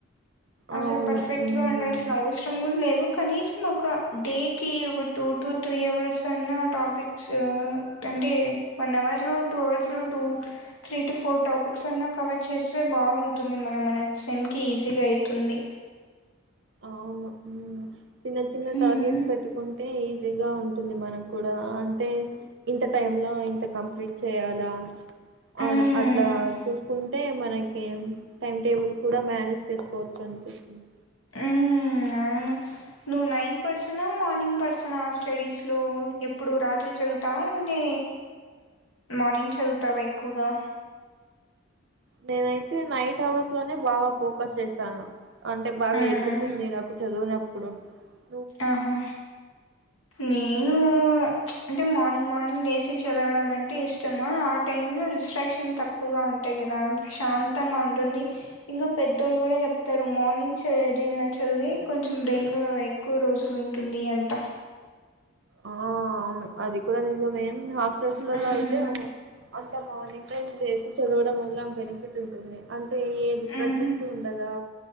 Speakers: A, on the left; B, on the right.
A: అసలు
B: అవును
A: పర్ఫెక్ట్
B: ఉమ్.
A: గా ఉండాల్సిన అవసరం కూడా లేదు కనీసం ఒక డేకి ఒక టూ టు త్రీ అవర్స్ అన్న టాపిక్స్ అంటే వన్ అవర్లో టూ అవర్స్
B: um,
A: లో two three to four topics అన్నా కవర్ చేస్తే బావుంటుంది మన మనకి సెమ్ కి ఈజీగా అయి తుంది
B: అవును హ్మ్ చిన్న చిన్న
A: హ్మ్.
B: టార్గెట్స్ పెట్టుకుం అంటే ఈజీగా ఉంటుంది మనకు కూడా అంటే ఇంత టైమ్ లో ఇంత కంప్లీట్ చేయాలా
A: హ్మ్.
B: అవును అట్లా చూసుకుంట అంటే మనకి టైమ్ టేబుల్ కూడా మేనేజ్ చేసుకోవచ్చు అనిపిస్తుంది
A: హమ్ అవును నువ్వు నైట్ పర్సనా మార్నింగ్ పర్సనా స్టడీస్లో ఎప్పుడు రాత్రి చదువుతావా లేంటే మార్నింగ్ చదువుతావా ఎక్కువగా
B: నేనైతే నైట్ హవర్స్ లోనే బాగా ఫోకస్ చేశాను అంటే బాగా
A: హ్మ్.
B: ఎక్కుతుంది నాకు చదువినపుడు ఇప్పుడు
A: ఆహా నేను అంటే మార్నింగ్ మార్నింగ్ లేచ చదవడం అంటే ఇష్టమా ఆ టైమ్ లో డిస్ట్రాక్షన్ తక్కువ ఎక్కువగా ఉంటాయి కదా ప్రశాంతి త్తంగా ఉంటుంది ఇంకా పెద్దోళ్ళు కూడా చెప్తారు మార్నింగ్ చదివిన చదివి కొంచెం బ్రెయిన్ లో ఎక్కువ రోజులుంటుంది అంట
B: ఆ అవును అది కూడా నిజమేం హ సులలో
A: మ్మ్
B: అయితే అంతా మార్నింగ్ చేసి చదవడం వల్ల బెనిఫిట్ ఉంటుంది అ ఏది డిస్ట్రాక్షన్స్
A: మ్మ్
B: ఉండదా